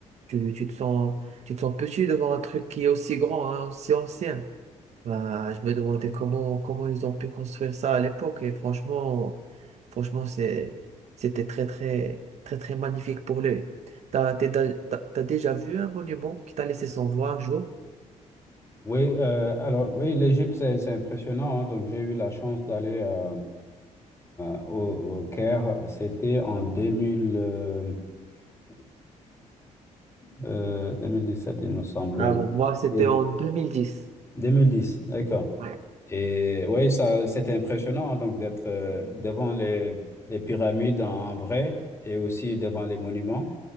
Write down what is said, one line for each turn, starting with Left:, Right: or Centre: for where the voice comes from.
Right: Tu, tu te sens, tu te sens petit devant un truc qui est aussi grand, hein, aussi ancien. Bah, je me demandais comment, comment ils ont pu construire ça à l'époque. Et franchement, franchement, c'est, c'était très, très, très, très magnifique pour l'œil. T'as, t'es da- t'as, t'as déjà vu un monument qui t'a laissé sans voix un jour?
Left: Oui, euh, alors oui, l'Égypte, c'est c'est impressionnant. hein. donc j'ai eu la chance d'aller euh, au, au Caire. C'était en 2017, 2017, il me semble.
Right: Ah
Left: oui.
Right: bon? Moi, c'était
Left: Et-
Right: en deux mille dix
Left: 2010, d'accord.
Right: Ouais.
Left: Et oui, ça, c'était impressionnant, hein, donc d'être euh, devant les, les pyramides en vrai et aussi devant les monuments.